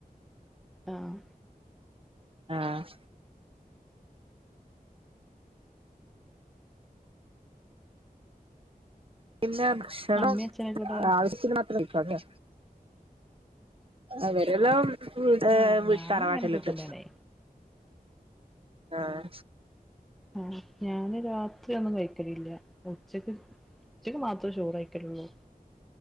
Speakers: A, in the centre; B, on the right (about 35°).
A: അഹ്
B: അഹ് പിന്നെ ഭക്ഷണം
A: അമ്മീം അച്ഛനൊക്കെ എവിടെ
B: ആവശ്യത്തിന് മാത്രം വി അതെ അവരെല്ലോം ഹ്
A: ആഹ്
B: വീ
A: ഞാനങ്ങനൊക്കെ
B: തറവാട്ടിലുണ്ട്
A: തന്നെയാണേ
B: അഹ്
A: അഹ് ഞാന് രാത്രി ഒന്നും കഴിക്കലില്ല ഉച്ചക്ക് ഉച്ചയ്ക്ക് മാത്രേ ച്ചോർ കഴിക്കതുള്ളു